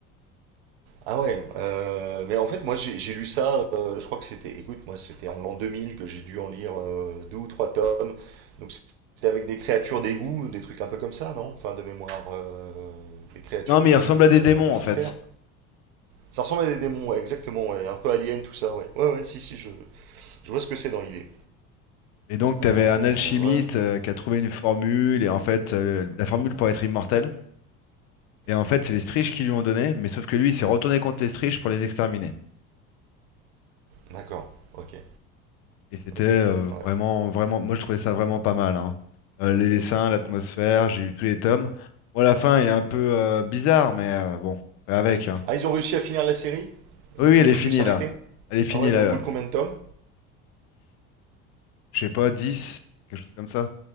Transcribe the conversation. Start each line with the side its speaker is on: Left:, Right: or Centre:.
Right: Ah ouais. euh, mais en fait, moi, j'ai j'ai lu ça, euh, je crois que c'était, écoute, moi, c'était en l'an 2000 que j'ai dû en lire euh, deux ou trois tomes. Donc, c'était avec des créatures d'égout, des trucs un peu comme ça, non? Enfin, de mémoire. euh, des créatures
Left: Non, mais
Right: qui
Left: il ressemble
Right: vivent euh,
Left: à des démons,
Right: un peu sous
Left: en fait.
Right: terre. Ça ressemble à des démons, ouais, exactement. ouais, un peu alien, tout ça, ouais. Ouais, ouais, si, si, je, je vois ce que c'est dans l'idée.
Left: Et donc, t'avais
Right: Euh,
Left: un alchimiste
Right: ouais, ouais.
Left: euh, qui a trouvé une formule. Et en fait, euh, la formule pour être immortel. Et en fait,
Right: Mhm.
Left: c'est les Striges qui lui ont donné. Mais sauf que lui, il s'est retourné contre les Striges pour les exterminer.
Right: D'accord. Ok.
Left: Et c'était
Right: Ok,
Left: euh,
Right: ok. Ouais.
Left: vraiment, vraiment, moi je trouvais ça vraiment pas mal. hein. Euh, les dessins, l'atmosphère, j'ai lu tous les tomes. Bon, la fin est un peu euh, bizarre, mais euh, bon, on fait avec. hein.
Right: Ah, ils ont réussi à finir la série?
Left: Oui,
Right: Ils
Left: oui, elle
Right: ont
Left: est
Right: su
Left: finie
Right: s'arrêter?
Left: là. Elle est finie
Right: Ah ouais,
Left: là.
Right: au
Left: euh,
Right: bout de combien de tomes?
Left: Je sais pas, 10, quelque chose comme ça.